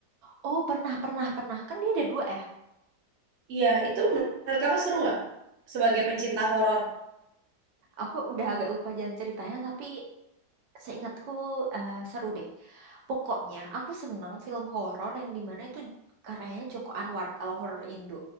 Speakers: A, on the right; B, on the right.
A: Oh, pernah, pernah, pernah. Kan dia ada dua ya.
B: Iya, itu menurut kakak seru nggak? sebagai pencinta horor.
A: Aku udah agak lupa jalan ceritanya, tapi Seingatku eh, seru deh. Pokoknya aku seneng film horor yang dimana itu karyanya Joko Anwar kalau horor Indo.